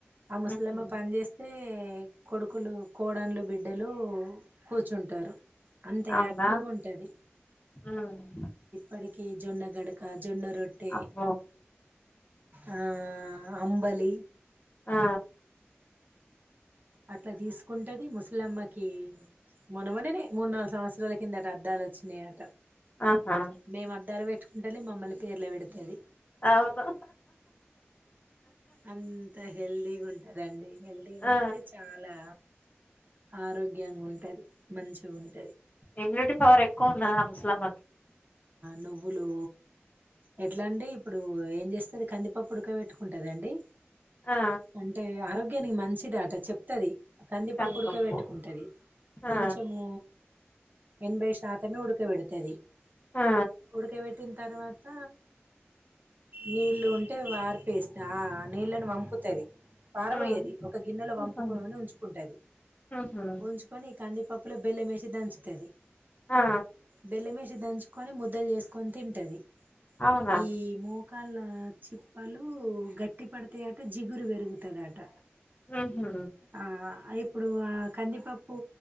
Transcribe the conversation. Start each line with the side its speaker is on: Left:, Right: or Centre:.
Right: ఆ ముసలమ్మ
Left: ఉహు
Right: పని చేేస్తే కొడుకు హక్కులు కోడళ్లు బిడ్డలు కూర్చుంటారు అంత
Left: అవునా
Right: యాక్టివ్గా ఉంటుంది
Left: ఉమ్
Right: అక్కటికి జొన్న గడక జొన్న రొట్టటి
Left: అబ్బో
Right: ఆ అంబలి
Left: ఆ
Right: అట్లా తీసుకుంటది ముసలమ్మకి మనమననే మూడు నాలుగు సంవత్సరాల కింద అట అద్దాలు వచ్చినాయిట
Left: ఆహా
Right: మే మాద్దాలు వె ఉండాలె మ మల్లా తెరల పెడుతుంది
Left: అవును
Right: అంత హెల్తీ లీగా ఉంటదండి హల్దిీగా
Left: ఆ
Right: ఉంటది చాలా ఆరోగ్యంగా ఉంటది మంచిగా ఉంటు
Left: ఇమ్యూనిటీ పవర్ ఎక్కువ ఉందా అలామ
Right: నువ్వులు ఎట్లా అండి ఇప్పుడు ఏం చేస్తంది కందిప పుడక పెట్టుకుంటుందండి
Left: ఆ
Right: అంటే ఆరోగ్య కాని మంచిదాట చెప్తది కంది
Left: కందిపప్పు
Right: పప్పు ఉడక పెట్టుకుంటుంది కొంచెము
Left: ఆ
Right: ఎనభై శాతమే ఉడుకు వితది కుడక
Left: ఆ
Right: బెట్ట పుట్టిన తర్వాత నీళ్ళు ఉంటే వారిపేస్తంది ఆ నీళ్ళని పంపుతుంది పారబోయేది
Left: ఆ
Right: ఒక గిన్నెలో వంపుకని
Left: ఉహు
Right: ఉంచుకుంటది
Left: ఉహు
Right: ఉంచుకొని ఈ కందిపప్పులో బెల్లం వేసి దంచు ఇత్యది
Left: ఆ
Right: బేలేమే ి దంచుకొని ముద్దలు చేసుకొని తింటది
Left: అవునా
Right: ఈ మకాలా చిప్పలు గట్టి పడతాయట జిగురు పెరుగుతదట
Left: ఉహు
Right: ఆ అ ఇ ఇప్పుడు ఆ కందిపప్పు